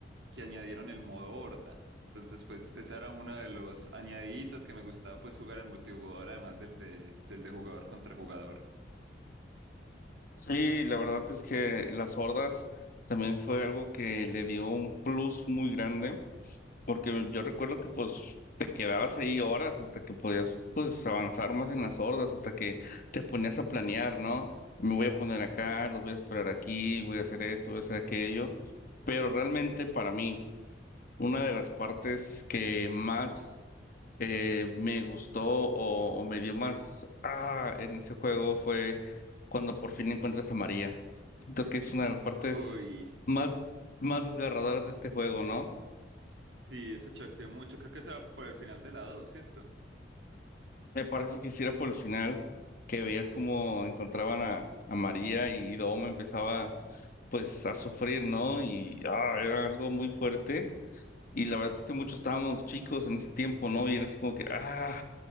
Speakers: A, on the right; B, on the left.
A: que añadieron el modo horda, entonces pues ese era uno de los añadiditos que me gustaba pues jugar en multijugador además del de, del de jugador contra jugador.
B: Sí, la verdad es que las hordas también fue algo que le dio un plus muy grande, porque yo recuerdo que pues te quedabas ahí horas hasta que podías pues avanzar más en las hordas, hasta que te ponías a planear, ¿no? Me voy a poner acá, lo voy a esperar aquí, voy a hacer esto, voy a hacer aquello. Pero realmente para mí, Una de las partes que más eh, me gustó o, o me dio más ah, en ese juego fue cuando por fin encuentras a María. Siento que es una de las partes
A: Uy,
B: más, más desgarradoras de este juego, ¿no?
A: sí, eso choqueó mucho, creo que eso era por el final de la dos ¿cierto?
B: Me parece que hiciera por el final que veías cómo encontraban a, a María y Dom empezaba pues a sufrir, ¿no? Y ah, era algo muy fuerte. Y la verdad es que muchos estábamos chicos en ese tiempo, ¿no? Y era así como que, ah,